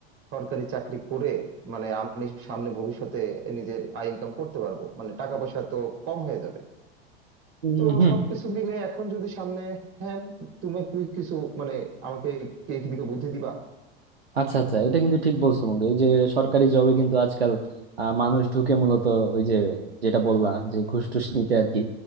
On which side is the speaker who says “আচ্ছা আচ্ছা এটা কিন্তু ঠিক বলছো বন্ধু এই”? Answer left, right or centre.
Right